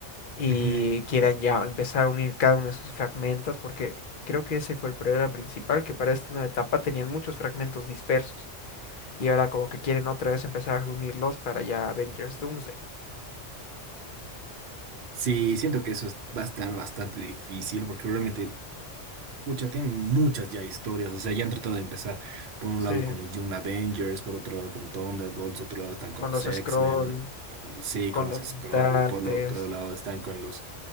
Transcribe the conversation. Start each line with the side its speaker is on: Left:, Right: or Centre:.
Left: y
Right: Ujú.
Left: quieran ya empezar a unir cada uno de sus fragmentos, porque creo que ese fue el problema principal, que para esta nueva etapa tenían muchos fragmentos dispersos y ahora como que quieren otra vez empezar a reunirlos para ya Avengers Doomsday.
Right: Sí, siento que eso es- va a estar bastante difícil porque realmente Pucha, tienen muchas ya historias, o sea, ya han tratado de empezar por un
Left: Sí,
Right: lado con los Young Avengers, por otro lado con Thunderbolts, otro lado están con
Left: con
Right: los
Left: los
Right: X-Men,
Left: scroll,
Right: sí,
Left: con
Right: con los
Left: los
Right: Skrull,
Left: mutantes,
Right: por el otro lado están con los,